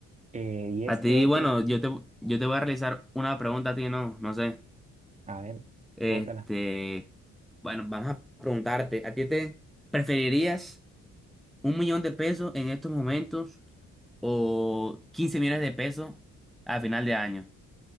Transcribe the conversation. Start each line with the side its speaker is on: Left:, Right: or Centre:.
Right: Eh, y este
Centre: A ti,
Right: otro,
Centre: bueno, yo te, yo te voy a realizar una pregunta a ti, no, no sé.
Right: a ver,
Centre: Este,
Right: bótala.
Centre: bueno, vamos a preguntarte, ¿a ti te preferirías un millón de pesos en estos momentos o 15 millones de pesos a final de año?